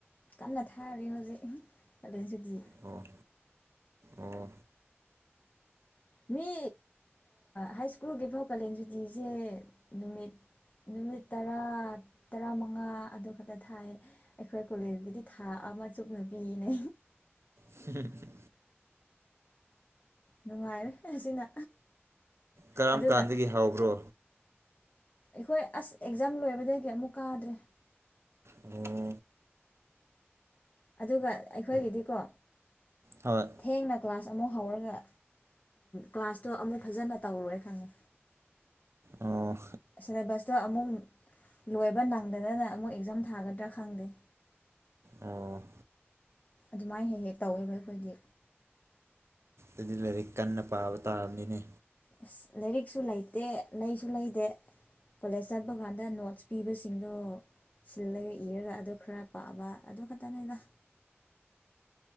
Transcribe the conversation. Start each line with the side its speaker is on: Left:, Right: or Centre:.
Left: ꯀꯟꯅ ꯊꯥꯔꯦ ꯍꯧꯖꯤꯛ ꯀꯥꯂꯦꯟꯁꯤꯗꯤ
Right: ꯑꯣ ꯑꯣ
Left: ꯃꯤ ꯍꯥꯏꯁ꯭ꯀꯨꯜꯒꯤꯐꯥꯎ ꯀꯥꯂꯦꯟ ꯁꯨꯇꯤꯁꯦ ꯅꯨꯃꯤꯠ ꯅꯨꯃꯤꯠ ꯇꯔꯥ ꯇꯔꯥꯃꯉꯥ ꯑꯗꯨ ꯈꯛꯇ ꯊꯥꯏ ꯑꯩꯈꯣꯏ ꯀꯣꯂꯦꯖꯀꯤꯗꯤ ꯊꯥ ꯑꯃ ꯆꯨꯞ ꯅꯨ ꯄꯤꯅꯦ
Right: <inaudible>
Left: ꯅꯨꯡꯉꯥꯏꯔ ꯑꯁꯤꯅ
Right: ꯀꯔꯝ
Left: ꯑꯗꯨꯒ
Right: ꯀꯥꯟꯗꯒꯤ ꯍꯧꯕ꯭ꯔꯣ
Left: ꯑꯩꯈꯣꯏ ꯑꯁ ꯑꯦꯛꯖꯥꯝ ꯂꯣꯏꯕꯗꯒꯤ ꯑꯃꯨꯛ ꯀꯥꯗ꯭ꯔꯦ
Right: ꯑꯣ
Left: ꯑꯗꯨꯒ ꯑꯩꯈꯣꯏꯒꯤꯗꯤꯀꯣ
Right: ꯍꯣꯏ
Left: ꯊꯦꯡꯅ ꯀ꯭ꯂꯥꯁ ꯑꯃꯨꯛ ꯍꯧꯔꯒ ꯀ꯭ꯂꯥꯁꯇꯣ ꯑꯃꯨꯛ ꯐꯖꯅ ꯇꯧꯔꯣꯏ ꯈꯪꯉꯦ
Right: ꯑꯣ
Left: ꯁꯤꯂꯦꯕꯁꯇꯣ ꯑꯃꯨꯛ ꯂꯣꯏꯕ ꯅꯪꯗꯗꯅ ꯑꯃꯨꯛ ꯑꯦꯛꯖꯥꯝ ꯊꯥꯒꯗ꯭ꯔꯥ ꯈꯪꯗꯦ
Right: ꯑꯣ
Left: ꯑꯗꯨꯃꯥꯏꯅ ꯍꯦꯛ ꯍꯦꯛ ꯇꯧꯋꯦꯕ ꯑꯩꯈꯣꯏꯗꯤ
Right: ꯑꯗꯨꯗꯤ ꯂꯥꯏꯔꯤꯛ ꯀꯟꯅ ꯄꯥꯕ ꯇꯥꯕꯅꯤꯅꯦ
Left: ꯑꯁ ꯂꯥꯏꯔꯤꯛꯁꯨ ꯂꯩꯇꯦ ꯂꯩꯁꯨ ꯂꯩꯇꯦ ꯀꯣꯂꯦꯖ ꯆꯠꯄ ꯀꯥꯟꯗ ꯅꯣꯠꯁ ꯄꯤꯕꯁꯤꯡꯗꯣ ꯁꯤꯜꯂꯒ ꯏꯔꯒ ꯑꯗꯨ ꯈꯔ ꯄꯥꯕ ꯑꯗꯨ ꯈꯛꯇꯅꯤꯗ